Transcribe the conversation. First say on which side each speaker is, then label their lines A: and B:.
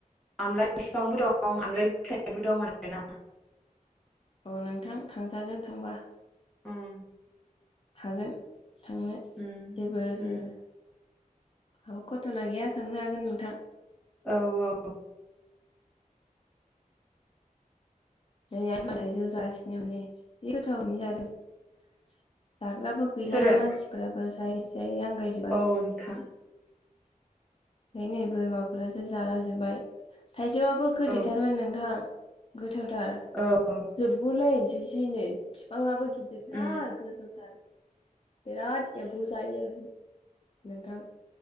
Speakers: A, in the centre; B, on the left (about 40°).
A: आमलाय बिफांबो दं आमलाय फिथाइबो दं आरोना।
B: औ नोंथां थांजागोन थांबा।
A: उम
B: हागोन। थांनो
A: उम
B: जेबो माबो
A: उम
B: खथ'ना गैया थांनो हागोन। नोंथां
A: औ औ।
B: <unintelligible> जाग्राबो गैला
A: सोरो
B: मानसिफोराबो जायै जायै आंगायजोबबाय।
A: औ नोंथां
B: <unintelligible> बोरमाफोरासो जाला जोब्बाय। थाइजौआबो गोदैथारमोन
A: औ
B: नोंथां। गो थावथार
A: औ
B: जोबगु लाय जि जिनै बिफाङाबो थार
A: उम
B: गोजौथार बिराद। एम्फौ जायो नोंथां।